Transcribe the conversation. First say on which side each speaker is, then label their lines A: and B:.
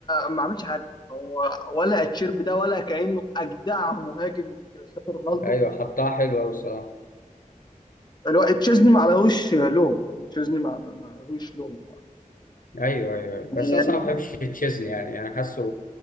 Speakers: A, on the left; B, on the left.
A: ما عملتش حاجه هو ولا التيشيرت ده ولا كانه اجدع مهاجم من كريستيانو رونالدو
B: ايوه حطها حلوة قوي الصراحة
A: الواد تشيزني ما عليهوش لوم تشيزني ما ما- ما عليهوش لوم
B: ايوه ايوه أيوة. بس
A: يعني
B: انا صراحة ما بحبش تشيزني يعني انا حاسه